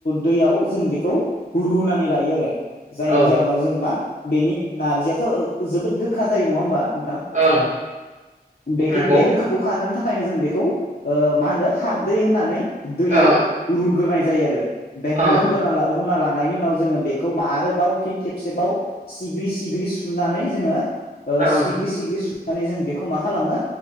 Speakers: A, on the left; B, on the right.
A: दैयाव जों बेखौ रुनानै लायो आरो जाय
B: औ
A: जा उनाव जोङो मा बेनि नारजियाथ' जोबोद गोखा जायो नङा होमबा? नोंथां
B: ओं
A: बेखो
B: नंगौ
A: बे गोखा खौ खारहोनो थाखायनो जों बेखौ ओ मा होनो खारदै होनानै दैयाव
B: ओं
A: रुग्रोनाय जायो आरो बेखौ
B: ओं
A: रुगार रुना ला रुना लानायनि उनाव जोङो बेखौ मा आरोबाव फिन खेबसेबाव सिग्लि सिग्लि सुनानै जोङो ओ‌
B: ओं
A: सिग्लि सिग्लि सुनानै जों बेखौ मा खालामो